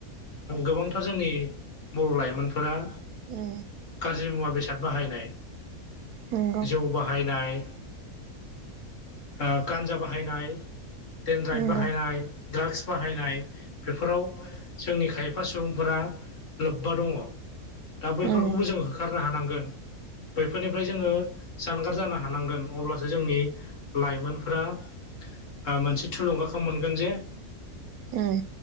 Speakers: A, on the left; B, on the right.
A: गोबांथार जोंनि बर' लाइमोनफोरा
B: औ
A: गाज्रि मुवा बेसाद बाहायनाय
B: नंगौ
A: जौ बाहायनाय ओ गान्जा बाहायनाय डेनड्राइद
B: नंगौ
A: बाहायनाय ड्राग्स बाहायनाय बेफोराव जोंनि खायफा सुबुंफोरा लोब्बा दङ दा बैफोरखौबो
B: उम
A: जों होखारनो हानांगोन बैफोरनिफ्राय जोङो जानगार जानो हानांगोन अब्लासो जोंनि लाइमोनफोरा आ मोनसे थुलुंगाखौ मोनगोन जे
B: उम